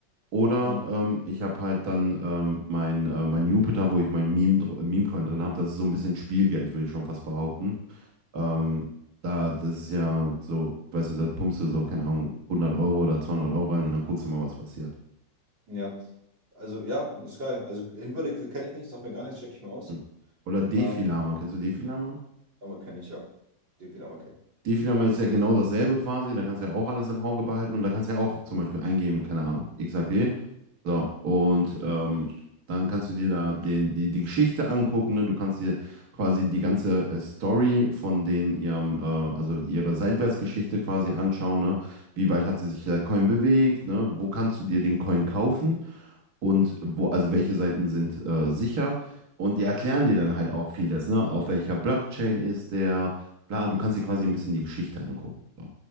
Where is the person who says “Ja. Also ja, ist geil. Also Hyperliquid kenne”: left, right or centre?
Right